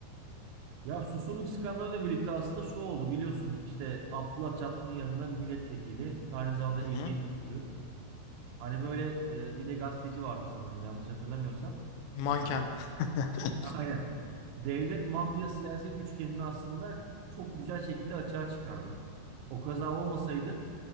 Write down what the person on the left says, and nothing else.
Hı
hı.
Manken.
<laughs>